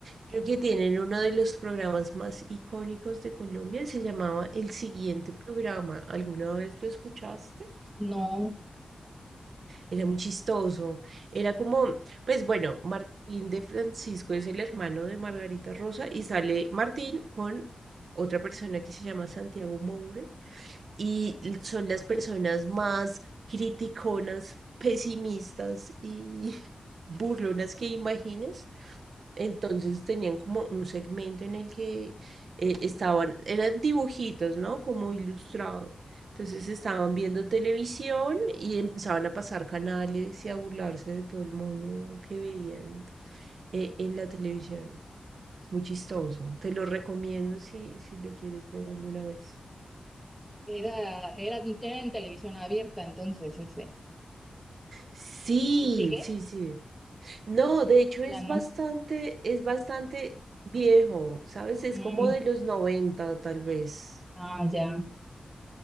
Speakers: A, on the right; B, in the centre.
A: creo que tienen uno de los programas más icónicos de Colombia, se llamaba El Siguiente Programa. ¿Alguna vez lo escuchaste?
B: No,
A: Era muy chistoso. Era como, pues bueno, Martín de Francisco es el hermano de Margarita Rosa y sale Martín con otra persona que se llama Santiago Moure y l- son las personas más criticonas, pesimistas y <laughs> burlonas que imagines. Entonces tenían como un segmento en el que eh, estaban, eran dibujitos, ¿no? Como ilustrado. Entonces estaban viendo televisión y empezaban a pasar canales y a burlarse de todo el mundo que veían eh, en la televisión. Es muy chistoso. Te lo recomiendo si, si lo quieres ver alguna vez.
B: era, era, era en televisión abierta, entonces ese.
A: Sí,
B: ¿O sigue?
A: sí, sí. No, de hecho
B: Ya
A: es
B: no.
A: bastante, es bastante viejo, ¿sabes? Es
B: Mm,
A: como de los 90 tal vez.
B: Ah, ya.